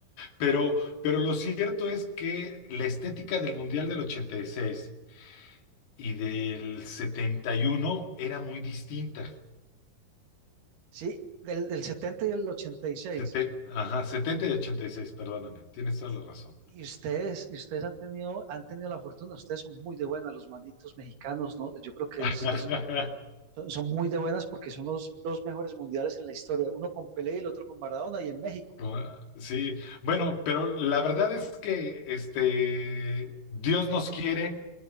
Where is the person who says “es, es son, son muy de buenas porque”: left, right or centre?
Right